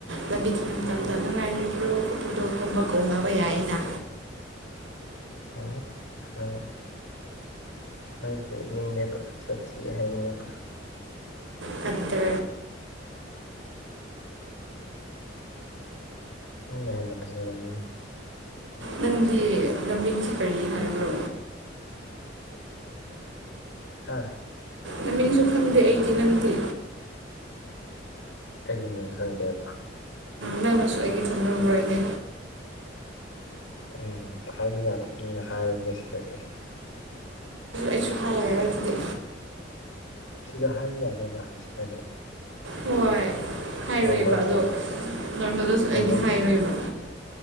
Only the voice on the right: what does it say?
ꯂꯝꯕꯤ ꯊꯤꯡꯕ ꯃꯇꯝꯗ ꯅꯨꯡꯉꯥꯏꯔꯤꯕ꯭ꯔꯣ ꯐꯣꯗꯣꯀꯨꯝꯕ ꯀꯧꯅꯕ ꯌꯥꯏ ꯑꯩꯅ
ꯐꯠꯇ
ꯅꯪꯗꯤ ꯅꯃꯤꯡꯁꯨ ꯀꯔꯤ ꯍꯥꯏꯔꯕ꯭ꯔꯣ
ꯅꯃꯤꯡꯁꯨ ꯈꯪꯗꯦ ꯑꯩꯗꯤ ꯅꯪꯒꯤ
ꯅꯪꯅꯁꯨ ꯑꯩꯒꯤ ꯊꯣꯟꯅꯃ꯭ꯔꯣꯏꯅꯦ
ꯀꯩꯁꯨ ꯍꯥꯏꯔꯔꯣꯏꯒꯦ
ꯍꯣꯏ ꯍꯥꯏꯔꯣꯏꯕ
ꯑꯗꯣ ꯅꯣꯔꯃꯦꯜꯗꯁꯨ
ꯑꯩꯗꯤ ꯍꯥꯏꯔꯣꯏꯕ